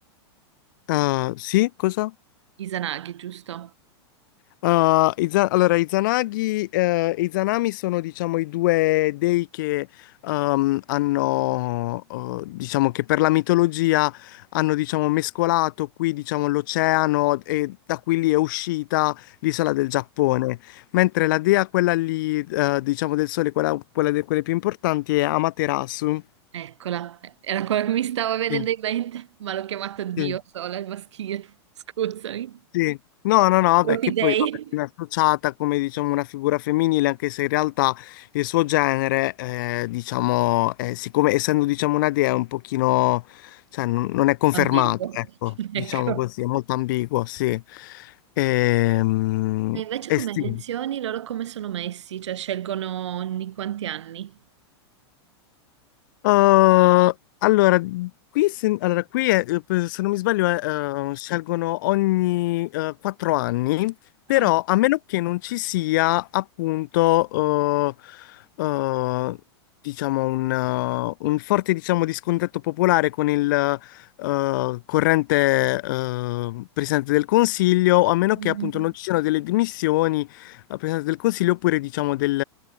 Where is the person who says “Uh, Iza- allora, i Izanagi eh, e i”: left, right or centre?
Left